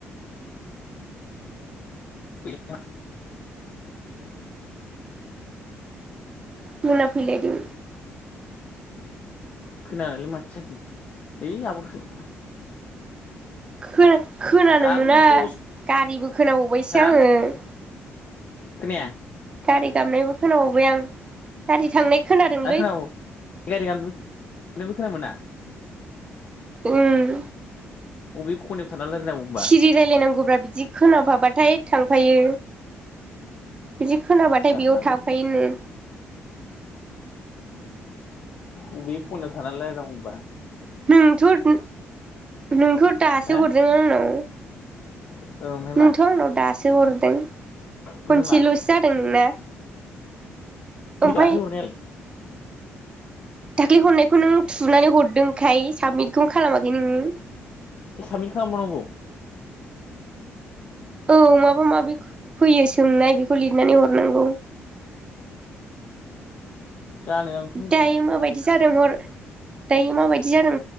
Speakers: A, on the left; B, on the right.
A: बे <inaudible>
B: नना फैलाय दों।
A: खोनालाय माथो जाखो। ऐ आब'सो। <inaudible>
B: फ <inaudible> खोनानो
A: दाबो
B: मोना।
A: दस
B: गारिबो खोनाबावबायसो
A: हा
B: आं।
A: खोनाया
B: गारि गाबनायबो खोनाबावबाय आं गारि थांनाय खोनादोंलै
A: आरो खोनाबाव गारि गाबनो नोंबो खोनामोना।
B: उम।
A: अबे खनायाव थाना रायलायनांगौ होमबा
B: सिरि रायलायनांगौब्रा बिदि खोनफाबाथाय थांफायो। बिदि खोनाबाथाय
A: जारलालै
B: बेयाव थाफायो
A: अबे खनायाव थानानै रायलायनांगौ होनबा
B: नोंथ' नोंथ' दासो
A: हो
B: हरदों आंनाव
A: औ ओमफ्राय
B: नोंथ'
A: मा
B: आंनाव दासो हर दों खनसेल'सो
A: ओमफ्राय मा
B: जादों नोंना। ओमफाय
A: दाख्लै हरनायालाय
B: दाख्लि हरनायखौ नों थुनानै हरदोंखाय साबमिटखौनो खालामाखै नोङो।
A: ए साबमिथ खालामबावनांगौ।
B: औ माबा माबि फैयो सोंनाय बेखौ लिरनानै हरनांगौ
A: जानो आंथ' मिथिया
B: दायो माबायदि जादों हर दायो माबायदि जादों